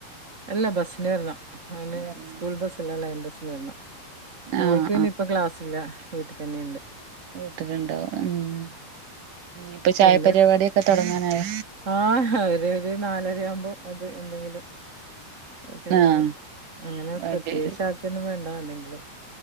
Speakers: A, on the right; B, on the right.
A: അല്ല ബസ്സ്ന് വെര്ണം അവന്
B: വരണെ
A: സ്കൂൾ ബസ്സ് ല്ല ലൈൻ ബസ്സ് വെര്ണം മോൾക്ക്
B: ആഹ്
A: പിന്നെ ഇപ്പ ക്ലാസില്ല വീട്ടി തന്നെയുണ്ട്
B: വീട്ട്ലുണ്ടാവും ഉം ഇപ്പൊ ചായ
A: പിന്നെ
B: പരിപാടി ഒക്ക തൊടങ്ങാനായൊ
A: ആഹ് അവര് ഒരു നാലരയാവുമ്പോ അത് എന്തെങ്കിലും പിന്നെ
B: ആഹ്
A: അങ്ങനെ
B: വേണ്ടി
A: പ്രത്യേയ്ച്ച്
B: വരും
A: ആക്കിയൊന്നും വേണ്ട എന്തെങ്കിലും